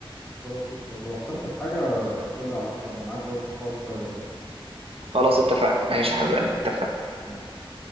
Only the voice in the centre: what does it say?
خلاص قشطه ولو احترت في حاجه قول لي على طول انا معاك برضه في حوار السايبر ده
ماشي